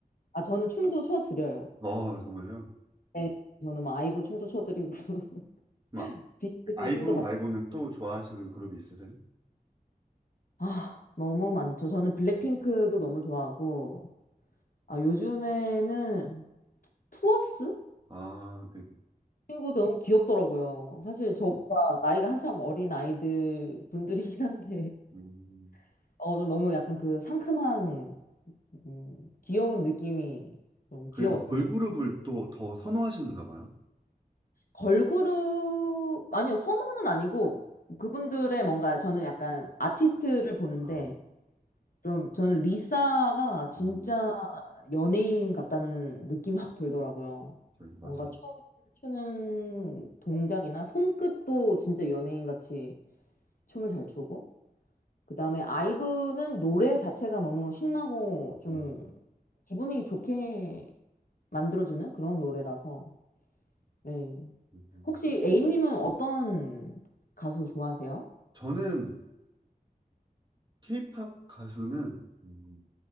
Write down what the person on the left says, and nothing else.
아, 저는 춤도 춰드려요.
네, 저는 막 아이브 춤도 춰드리고 <laughs>
BTS
춤도 같이
아, 너무 많죠. 저는 블랙핑크도 너무 좋아하고, 아, 요즘에는 투어스?
친구 너무 귀엽더라고요. 사실 저보다 나이가 한참 어린 아이들 분들이긴 한데,
<laughs> 어, 좀 너무 약간 그 상큼한, 음, 귀여운 느낌이 좀
귀여웠습니다.
걸그룹, 아니요, 선호는 아니고, 그분들의 뭔가 저는 약간 아티스트를 보는데,
좀 저는 리사가 진짜
연예인 같다는 느낌이 확 들더라고요.
뭔가 춤을 추는 동작이나 손끝도 진짜 연예인 같이 춤을 잘 추고, 그다음에 아이브는 노래 자체가 너무 신나고 좀
기분이 좋게 만들어주는 그런 노래라서, 네.
혹시 A님은 어떤 가수 좋아하세요?